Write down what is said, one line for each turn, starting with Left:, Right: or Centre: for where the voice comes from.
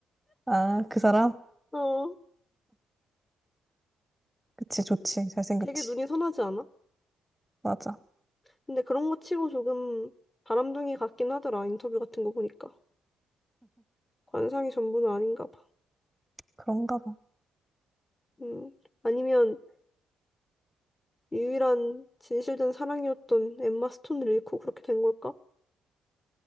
Centre: 아, 그 사람?
Left: <laughs> 어,
Centre: 그치, 좋지. 잘생겼지.
Left: 되게 눈이 선하지 않아?
Centre: 맞아.
Left: 근데 그런 거 치고 조금 바람둥이 같긴 하더라. 인터뷰 같은 거 보니까. 관상이 전부는 아닌가 봐.
Centre: 그런가 봐.
Left: 음, 아니면 유일한 진실된 사랑이었던 엠마 스톤을 잃고 그렇게 된 걸까?